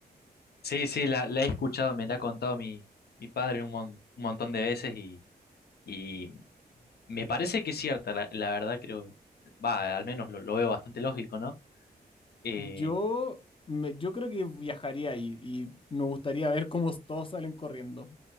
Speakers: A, on the left (about 70°); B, on the left (about 30°).
A: Sí, sí, la, la he escuchado, me la ha contado mi, mi padre un, mon- un montón de veces y, y me parece que es cierta, la, la verdad creo, va, al menos lo, lo veo bastante lógico, ¿no? Eh,
B: Yo, me- yo creo que viajaría ahí y me gustaría ver cómo todos salen corriendo.